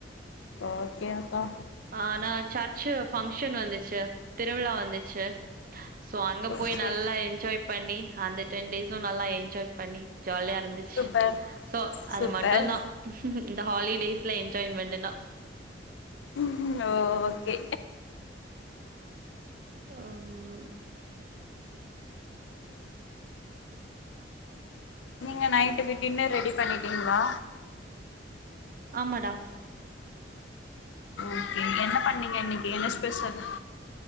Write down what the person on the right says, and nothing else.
ஆனா சர்ச்சு பங்க்ஷன் வந்துச்சு திருவிழா வந்துச்சு சோ அங்க
போய் நல்லா என்ஜாய் பண்ணி அந்த டென் டேஸு நல்லா என்ஜாய் பண்ணி ஜாலியா இருந்துச்சு
சோ அது
மட்டுதா இந்த ஹாலிடேஸ்ல என்ஜாய்மெண்டனா
அம்
ஆமாடா